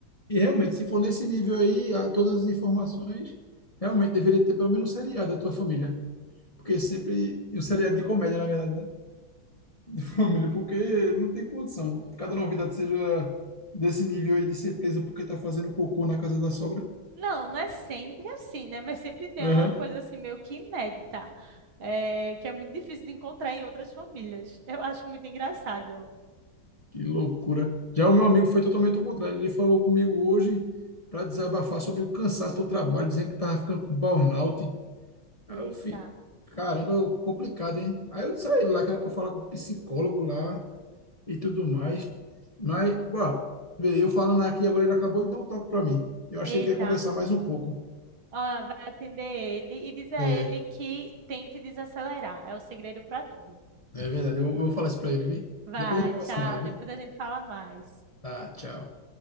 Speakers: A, on the left; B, on the right.
A: E realmente, se for nesse nível aí, a- todas as informações, realmente deveria ter pelo menos um seriado da tua família. Porque sempre. E um seriado de comédia, na verdade, né? <laughs> Família, porque não tem condição. Cada novidade seja desse nível aí de ser presa porque tá fazendo cocô na casa da sogra.
B: Não, não é sempre assim, né? Mas sempre tem
A: Aham.
B: uma coisa assim meio que inédita, é, que é muito difícil de encontrar em outras famílias. Eu acho muito engraçado.
A: Que loucura. Já o meu amigo foi totalmente ao contrário. Ele falou comigo hoje para desabafar sobre o cansaço do trabalho, dizendo que tava ficando com burnout. Aí
B: Eita,
A: eu fico. Caramba, complicado, hein? Aí eu saí lá que era pra falar com o psicólogo lá. e tudo mais. Mas, ó, vê, eu falando aqui agora, ele acabou de dar um toque para mim. Eu acho
B: eita.
A: que ele quer conversar mais um pouco.
B: Ela vai atender ele e diz a
A: É,
B: ele que tente desacelerar. É o segredo para tudo.
A: é
B: <laughs>
A: verdade. Eu, eu vou falar isso para ele, vi?
B: Vai,
A: Depois a gente conversa
B: tchau.
A: mais, vi?
B: Depois a gente fala mais.
A: Tá, tchau.